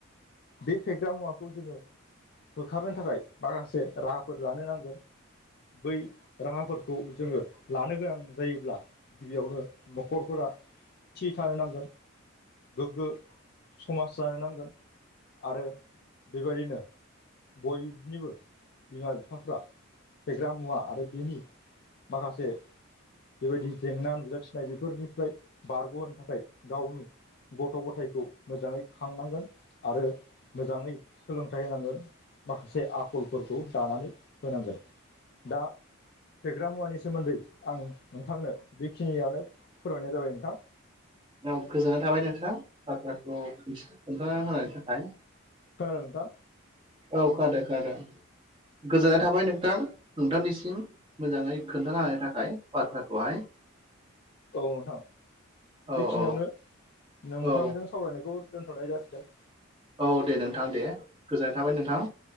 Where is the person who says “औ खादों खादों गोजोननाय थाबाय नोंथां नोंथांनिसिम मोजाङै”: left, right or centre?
Right